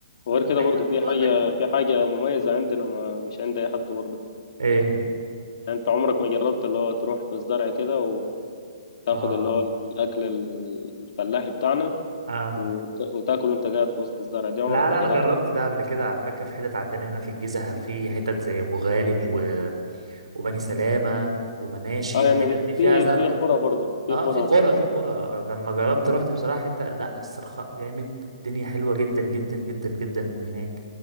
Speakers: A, on the left; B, on the right.
A: وغير
B: لا
A: كده
B: أيوة
A: برضه
B: ما
A: في
B: برضك
A: حاجة في حاجة مميزة عندنا ما مش عند أي حد برضه
B: ايه
A: يعني أنت عمرك ما جربت اللي هو تروح في الزرع كده وتاخد
B: اه
A: اللي هو الأكل الفلاحي بتاعنا
B: اه
A: وت- وتاكله أنت قاعد في وسط الزرع دي عمرك
B: لا لا
A: ما جربت
B: انا جربت ده قبل كده على فكره في حتت عندنا هنا في الجيزه في حتت زي ابو غالب و... وبني سلامه ومناشي
A: أه
B: الحتت
A: يعني
B: دي فيها
A: في
B: زرع
A: في قرى برضه في
B: اه
A: قرى
B: في قرى
A: وكده يعني.
B: في قرى لما جربت رحت بصراحه حته لا الصرخاء جامد الدنيا حلوه جدا جدا جدا جدا هناك